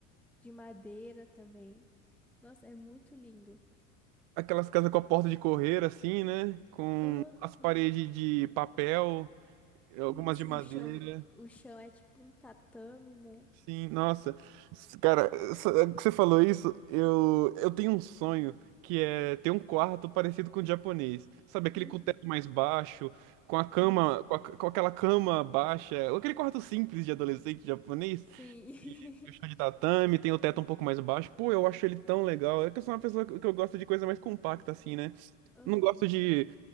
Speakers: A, in the centre; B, on the right.
A: de madeira também. Nossa, é muito lindo.
B: Aquelas casas com a porta de correr, assim, né? Com
A: Aham.
B: as paredes de papel, algumas
A: Isso,
B: de madeira.
A: e o chão, o chão é tipo um tatame, né?
B: Sim, nossa. S- Cara, essa- que você falou isso, eu, eu tenho um sonho que é ter um quarto parecido com o japonês. Sabe,
A: Hum,
B: aquele com o teto mais baixo, com a cama,
A: Uhum.
B: com, a- com aquela cama baixa, aquele quarto simples de adolescente japonês,
A: Sim.
B: que tem o chão
A: <laughs>
B: de tatame, tem o teto um pouco mais baixo. Pô, eu acho ele tão legal. É que eu sou uma pessoa que que eu gosto de coisa mais compacta, assim, né?
A: Aham.
B: não gosto de